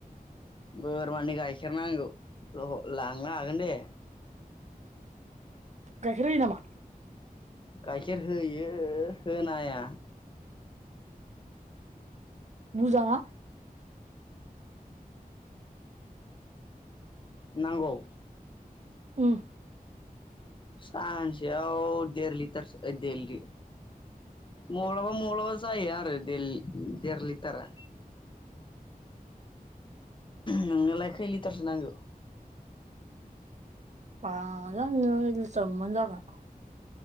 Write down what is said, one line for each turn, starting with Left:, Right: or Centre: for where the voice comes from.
Left: बोरमानि गाइखेर नांगौ र' लांनो हागोन दे। ए
Right: गाइखेर होयोनामा?
Left: गायखेर होयो होनाया
Right: बुजा ना?
Left: नांगौ?
Right: उम
Left: सानसेयाव देर लिटारसो ओ देललि मब्लाबा मब्लाबा जायो आरो देल लि देर लिटारा। नोंनोलाय खै लिटारसो नांगौ?
Right: बारा नाङालै आंनो एक लिटार मोनबानो जागोन।